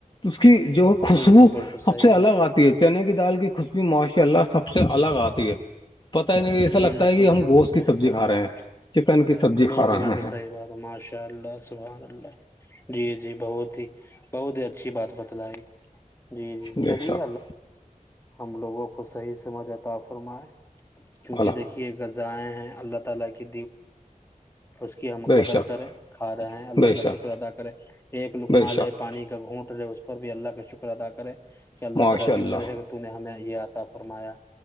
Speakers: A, on the left (about 35°); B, on the left (about 20°).
A: اس کی جو خوشبو
B: بالکل بالکل
A: سب
B: صحیح
A: سے
B: بات
A: الگ آتی ہے چنے کی دال کی خوشبی ماشاء اللہ سب سے الگ آتی ہے پتہ ہی نہیں ایسا لگتا
B: بالکل
A: ہے کہ ہم
B: بالکل
A: گوشت
B: سحی
A: کی سبزی
B: بات
A: کھا رہے
B: ہے
A: ہیں چکن کی سبزی
B: بالکل
A: کھا رہے
B: بالکل
A: ہیں
B: صحیح بات ہے ماشاء اللہ سبحان اللہ جی جی بہت ہی بہت ہی اچھی بات بتائی جی
A: بے
B: چلیے
A: شک
B: ہم لوگوں کو صحیح سمجھ آتا فرمائیں کیونکہ
A: اللہ
B: دیکھیے غذائیں ہیں اللہ تعالی کی اس کی ہم
A: بے
B: قدر
A: شک
B: کریں کھا رہے ہیں اللہ
A: بے
B: کا
A: شک
B: شکر ادا کریں ایک لکما
A: بے
B: لے
A: شک
B: پانی کا گھونٹ رہے اس پر بھی اللہ کا شکر ادا کرے کہ اللہ
A: ماشاء
B: تعالی
A: اللہ
B: شکر ہے کہ تو نے ہمیں یہ عطا فرمایا